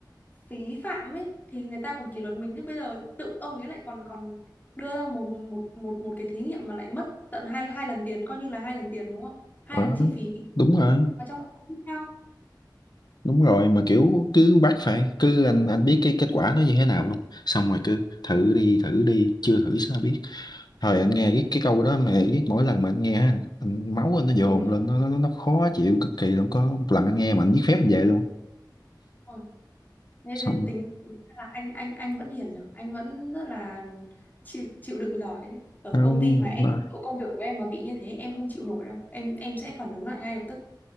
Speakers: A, on the left (about 25°); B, on the left (about 60°).
A: phí phạm ấy thì người ta còn kỷ luật mình thế bây giờ tự ông ấy lại còn còn đưa ra một một một một cái thí nghiệm mà lại mất tận hai hai lần tiền coi như là hai lần tiền đúng không hai
B: Ờ,
A: lần chi phí
B: đúng rồi
A: và trong cái tiếp theo
B: đúng rồi mà kiểu cứ bắt phải cứ anh anh biết cái kết quả nó như thế nào luôn xong rồi cứ thử đi thử đi chưa thử sao biết thời anh nghe cái cái câu đó mà biết mỗi lần mà anh nghe á, anh, máu anh nó dồn
A: mình luôn
B: lên nó nó nó khó chịu cực kỳ luôn có một lần anh nghe mà anh viết phép anh về luôn
A: rồi nên
B: xong
A: thế tính, tính ra là anh anh anh vẫn hiền nhỉ anh vẫn rất là chịu chịu đựng giỏi ấy. ở
B: nó,
A: công ty mà em
B: nó
A: chỗ công việc của em mà bị như thế em không chịu nổi đâu em em sẽ phản ứng lại ngay lập tức